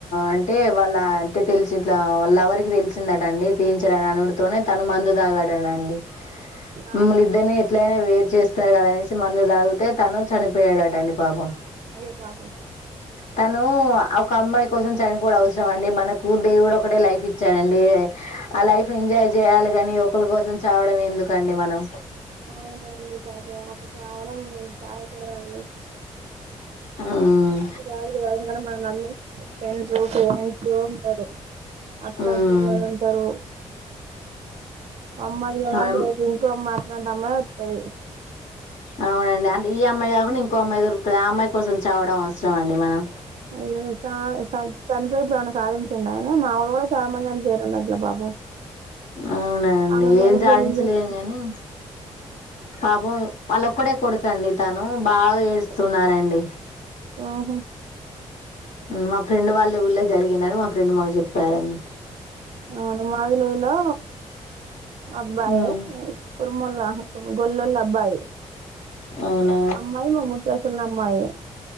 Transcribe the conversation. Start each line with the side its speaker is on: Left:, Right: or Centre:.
Left: అంటే వాళ్ళ అంటే తెల్సిట్ల వాలవర్ కీ తెల్ దాటండి తీయించరని అనుడుతోనే తను మందు తాగాడడండి
Right: ఆహా
Left: మిమల్లీదర్ని ఎట్లయినా వేరు జేస్తారు గదనేసి చ్ మందు దాగుతే తను చనిపోయాడటండి పాపం
Right: అయ్యో పాపం
Left: తను ఒక అమ్మాయి కోసం చనిపోవుడు అవసరం అండి మనకు దేవుడు ఒకటే లైఫ్ ఇచ్చాడండి ఆ లైఫ్ ఎంజాయ్ జేయాలి గాని ఒకల కోసం చావడం ఎందుకండి మనం
Right: అవునండీ పాపం చావడం చావకూడదండి
Left: హ్మ్.
Right: <unintelligible> ఫ్రెండ్స్ పేరెంట్స్ ఉంటారు అక్కాచెల్లుంటారు
Left: హ్మ్.
Right: అమ్మాయి గదా
Left: అం
Right: అండి రేపు ఇంకో అమాట్లాంటమ్మాయి వొత్తది
Left: అవునండి అంటే ఈ అమ్మాయి గాకుండా ఇంకో అమ్మాయి దొరుకుతది ఆ అమ్మాయి కోసం చావడం అవస్రమాండి మనం
Right: అయ్యో చా చచ్ చనిపోయేపుడు సాధించండి ఆయన మాల్ చానా మంది చనిపోయరండి అట్లా పాపం
Left: అవునండి
Right: ఆమె వేరే
Left: ఏం జాధించలేము
Right: పెళ్లి చేసుకుంది
Left: గని పాపం ఆళ్ళొక్కడే కొడుకండి తనూ బాగా ఏడుస్తున్నారండి
Right: ఆహా
Left: మా ఫ్రెండ్ వాళ్ళ ఊళ్ళే జరిగిందండి మా ఫ్రెండ్ మాక్ జెప్పారండి
Right: అవును మాదిలేలో అబ్బాయే
Left: ఉమ్
Right: కుర్మోళ్ల గొల్లోళ్ళ అబ్బాయి
Left: అవునా
Right: అమ్మాయి మా ముద్రశోల్ల అమ్మాయే